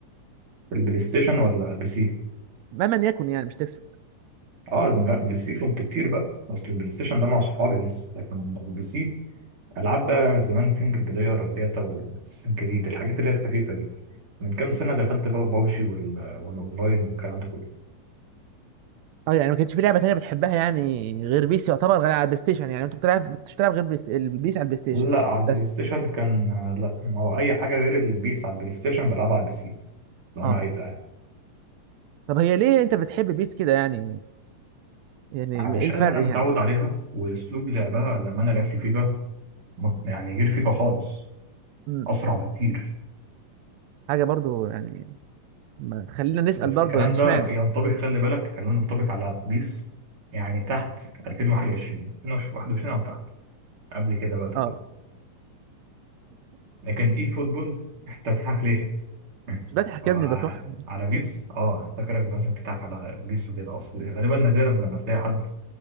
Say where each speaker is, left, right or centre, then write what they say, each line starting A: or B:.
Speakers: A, on the right; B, on the right.
A: في البلاي ستيشن ولا بي سي
B: مهما يكن يعني مش تفرق
A: اه لا بلاي سي كنت كتير بقى اصل البلاي ستيشن ده مع صحابي بس لكن البلاي سي العاب
B: اه
A: بقى زمان سنجل بلاير الجاتا والسين كريد الحاجات اللي هي الخفيفه دي من كام سنه دخلت بقى بابجي وال- والاونلاين والكلام ده كله
B: اه يعني ما كانش في لعبة تانية بتحبها يعني غير بيس يعتبر غير على البلاي ستيشن يعني انت بتلعب كنتش بتلعب غير بيس البيس على البلاي ستيشن
A: لا على البلاي
B: بس
A: ستيشن كان لا ما هو اي حاجه غير البيس على البلاي ستيشن بلعبها على البي سي لو
B: اه
A: انا عايزها يعني
B: طب هي ليه انت بتحب بيس كده يعني يعني
A: علشان
B: م- ايه الفرق
A: انا متعود
B: يعني
A: عليها واسلوب لعبها لما انا لعبت فيفا مت- يعني غير فيفا خالص
B: مم.
A: اسرع بكتير
B: حاجه برضو يعني ما تخلينا نسال
A: بس
B: برضو
A: الكلام
B: يعني اشمعنى
A: ده ينطبق خلي بالك الكلام ده ينطبق على بيس يعني تحت 2021 2021 او تحت قبل كده بقى ده
B: اه
A: كله لكن اي فوتبول انت بتضحك ليه؟ <laughs>
B: مش بضحك
A: هو
B: يا ابني بكح
A: على بيس اه أنا فاكرك بس بتضحك على بيس وكده اصل غالبا نادرا لما تلاقي حد